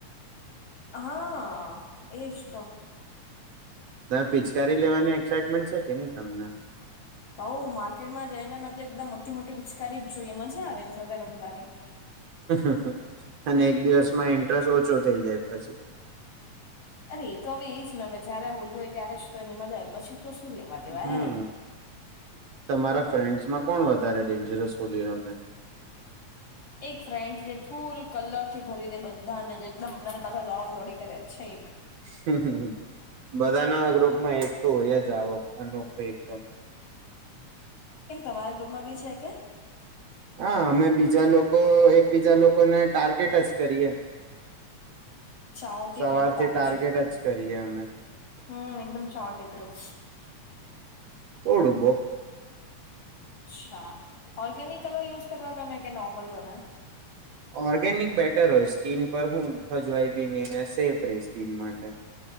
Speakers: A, on the left; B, on the right.
A: હા એસ્ટ
B: <unintelligible> પિચકારી લેવાની એક્સાઈટમેન્ટ છે કે નહી તમને
A: બઉ માર્કેટમાં જઈ ને તો એકદમ મોટી મોટી પિચકારી જ જોઈએ મજા આવે ને સાથે રમવાની
B: <inaudible> અને એક દિવસમાં ઇન્ટરેસ્ટ ઓછો થઇ જાય પછી
A: અરે એ તો હવે એ જ જયારે હોલી હોય ત્યારે જ તો એની મજા આવે પછી તો શું લેવા દેવા
B: હમ
A: એમ
B: તમારા ફ્રેન્ડસમાં કોણ વધારે ડેન્જરસ હોલી રમે
A: એક ફ્રેન્ટ જે ફૂલ કલર થી ભરી દે બધાને જે એકદમ બધાની પાસે દોડમ દોડી કરે છે એક
B: <unintelligible> બધાના ગ્રુપમાં એક તો હોય જ આવો અનોખો એકદમ
A: કેમ તમારા ગ્રુપમાં બી છે કે
B: હા અમે બીજા લોકો એકબીજા લોકોને ટાર્ગેટ જ કરીએ
A: ચાઓટી
B: સવારથી
A: ગ્રુપ લાગો
B: ટાર્ગેટ
A: છો એકદમ
B: જ કરીએ અમે
A: હમ એકદમ ચાઓટી ગ્રુપ
B: થોડું બો
A: અચ્છા ઓર્ગેનિક કલર યુઝ કરવા ગમે કે નોર્મલ ગમે
B: ઓર્ગેનિક બેટર હોય સ્કીિન પર હું ખજવાય બી નઈ ને સેફ રહી સ્કિન માટે